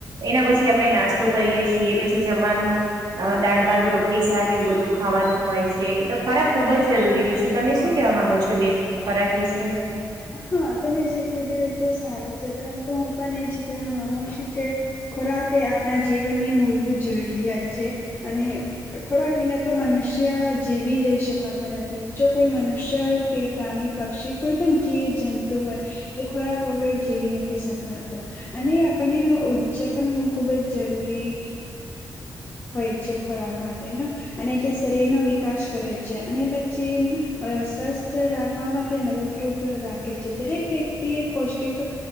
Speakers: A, on the right (about 70°); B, on the left (about 30°).
A: એના પછી આપડે નાસ્તો કરીએ છીએ, પછી જમાનું. અ દાળ ભાત રોટલી શાક એવું બધું ખાવાનું હોય છે તો ખોરાક ખુબ જ જરૂરીનું છે. તમે શું કેવા માંગો છો બેન ખોરાક વિશે?
B: હા તમે જે કીધું એ તો સારું છે, પરંતુ હું પણ એ જ કહેવા માગુ છું. કે ખોરાક એ આપણા જીવનની મૂળભૂત જરૂરિયાત છે અને ખોરાક વિના તો મનુષ્ય જીવી રહી શકાતા નથી જો કોઈ મનુષ્ય કે પ્રાણી, પક્ષી કોઈ પણ જીવ જંતુ હોય. એ ખોરાક વગર જીવી નથી શકાતા. અને આપણને ઊર્જા પણ ખુબ જ જરૂરી. હોય છે ખોરાક માટે ને અને તે શરીરનો વિકાસ કરે છે અને પછી અ સ્વસ્થ રાખવાવામાં તે મદદરૂપ. રાખે છે, દરેક વ્યક્તિ પૌષ્ટિક